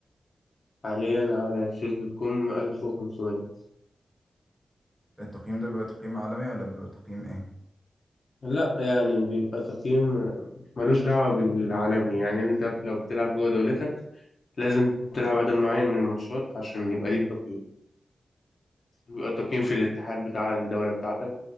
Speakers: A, on the left (about 55°); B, in the centre.
A: حاليا على تشيز دوت كوم 1500
B: التقييم ده بيبقى تقييم عالمي ولا بيبقى تقييم ايه
A: لا يعني بيبقى تقييم ملوش دعوة بالعالمي يعني أنت لو بتلعب جوه دولتك لازم تلعب عدد معين من الماتشات عشان يبقى ليك تقييم بيبقى التقييم في الاتحاد بتاع الدولة بتاعتك